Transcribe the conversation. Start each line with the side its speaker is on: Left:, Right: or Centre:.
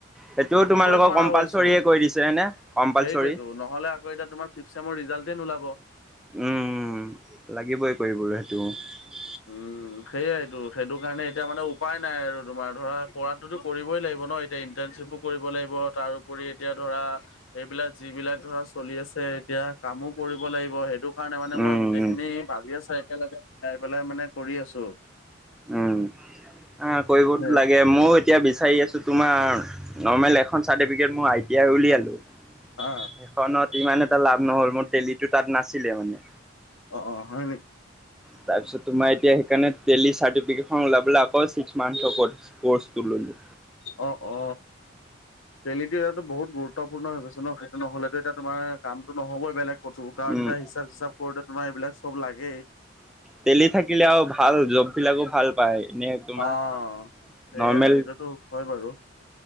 Centre: সেইটোও
Left: থাকিবই
Centre: তোমালোকক
Left: নোৱাৰা
Centre: কম্পালচৰিয়ে
Left: হৈছো
Centre: কৰি দিছে হয়নে কম্পালচৰি
Left: সেইটোৱেটো নহ'লে আকৌ এতিয়া তোমাৰ ফিফ চেমৰ। ৰিজাল্ট এ নলাব।
Centre: উম, লাগিবই কৰিবলৈ সেইটো।
Left: উম, সেইয়াইতো সেইটো কাৰণে এতিয়া মানে উপায় নাই আৰু তোমাৰ ধৰা। কৰাটোতো কৰিবই লাগিব ন এতিয়া ইণ্টাৰ্ণশ্বিপো কৰিব লাগিব তাৰোপৰি। এতিয়া ধৰা এইবিলাক যিবিলাক ধৰা চলি আছে, এতিয়া কামো কৰিব লাগিব সেইটো কাৰণে মানে
Centre: উম
Left: মই গোটেইখিনি ভাবি আছো একেলগে। মানে কৰি আছো।
Centre: উম। অ, কৰিবো
Left: সেয়া
Centre: টো লাগে ময়ো এতিয়া বিশ তোমাৰ ন এখন চাৰ মইই টিই উলিয়ালো।
Left: অ
Centre: সেইখনত ইমান এটা লাভ নহ'ল মোৰ তেলিটো তাত নাছিলে মানে।
Left: অ, অ, হয় নেকি।
Centre: তাৰপিছত তোমাৰ এতিয়া সেইকৰণে চলাব আকৌ ছিক্স মান্থ ৰ।
Left: অ, অ, তেতিয়াটো ইটো বহুত গুৰুত্বপূৰ্ণ হৈ গৈছে। ন, সেইটো নহ'লেতো এয়া তোমাৰ কামটো নহ'বই বেলেগ কো কাৰণ
Centre: উম
Left: এটা হিচাপ হিচাপ কৰোতে তোমাৰ এইবিলাক। সব, লাগেই
Centre: তেলি থাকিলে আৰু ভাল জব বিলাকো ভাল পায়। এনে তোমাৰ
Left: অ' সেয়াই,
Centre: নৰ্মেল
Left: সেইটোতো হয় বাৰু।